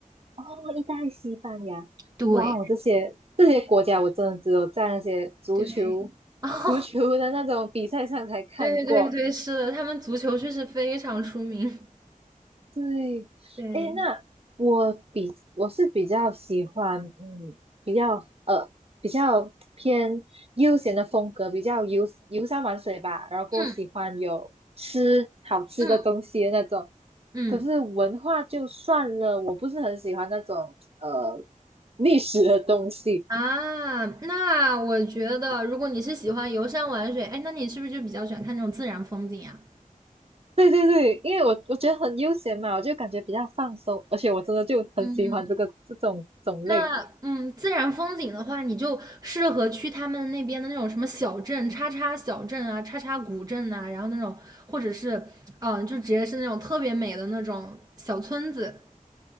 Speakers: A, on the right (about 45°); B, on the right (about 25°).
A: 哦，意大利、西班牙，
B: 对
A: 哇哦，这些这些国家我真的只有在那些足球
B: 对，<laughs>
A: 足球的那种比赛上才看过。
B: 对对对，是的，他们足球确实非常出名。<laughs>
A: 对，
B: 对，
A: 诶，那我比我是比较喜欢，嗯，比较呃比较偏悠闲的风格，比较游游山玩水吧，然后过后喜欢有吃好吃的东西的那种。
B: 嗯嗯嗯，
A: 可是文化就算了，我不是很喜欢那种呃历史的东西。
B: 啊，那我觉得如果你是喜欢游山玩水，哎，那你是不是就比较喜欢看那种自然风景啊？
A: 对对对，因为我我觉得很悠闲嘛，我就感觉比较放松，而且我真的就很喜欢这个这种种类。
B: 嗯，那嗯，自然风景的话，你就适合去他们那边的那种什么小镇、叉叉小镇啊、叉叉古镇啊，然后那种或者是嗯、就直接是那种特别美的那种小村子，